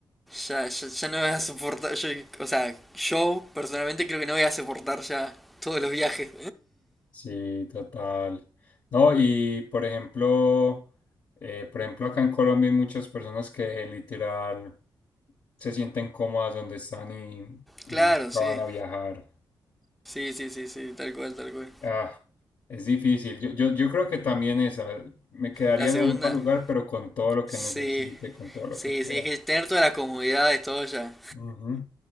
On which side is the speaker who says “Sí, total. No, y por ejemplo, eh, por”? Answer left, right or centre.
Left